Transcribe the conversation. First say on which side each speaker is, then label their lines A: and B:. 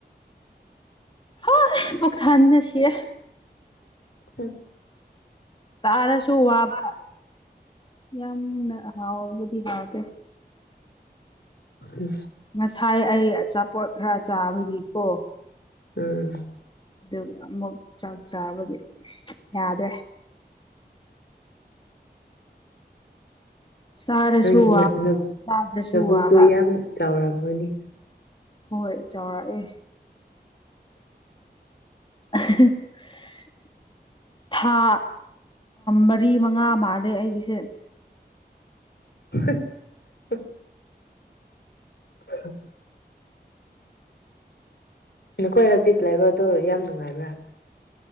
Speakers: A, on the left (about 30°); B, on the left (about 75°).
A: ꯍꯣꯏ ꯄꯨꯛ ꯊꯟꯕꯗ ꯁꯤꯔ‌ꯦ
B: ꯎꯝ
A: ꯆꯥꯔꯁꯨ ꯋꯥꯕ ꯌꯥꯝꯅ ꯍꯥꯎꯕꯕꯨꯗꯤ ꯍꯥꯎꯗꯦ
B: ꯎꯝ
A: ꯉꯁꯥꯏ ꯑꯩ ꯑꯆꯥꯄꯣꯠ ꯈꯔ ꯆꯥꯕꯒꯤꯀꯣ
B: ꯎꯝ
A: ꯑꯗꯨꯒ ꯑꯃꯨꯛ ꯆꯥꯛ ꯆꯥꯕꯒꯤ ꯌꯥꯗ꯭ꯔꯦ ꯆꯥꯔꯁꯨ
B: ꯅꯪ
A: ꯋꯥꯕ
B: ꯅꯪ
A: ꯆꯥꯗ꯭ꯔꯁꯨ
B: ꯂꯕꯣꯛꯇꯣ
A: ꯋꯥꯕ
B: ꯌꯥꯝ ꯆꯥꯎꯔꯝꯃꯅꯤ
A: ꯍꯣꯏ ꯆꯥꯎꯔꯥꯛꯑꯦ <inaudible> ꯊꯥ ꯃꯔꯤ ꯃꯉꯥ ꯃꯥꯜꯂꯦ ꯑꯩꯒꯤꯁꯦ
B: ꯍꯥ ꯍꯥ <inaudible> ꯅꯈꯣꯏ ꯍꯧꯖꯤꯛ ꯂꯩꯕꯗꯣ ꯌꯥꯝ ꯅꯨꯡꯉꯥꯏꯕ꯭ꯔꯥ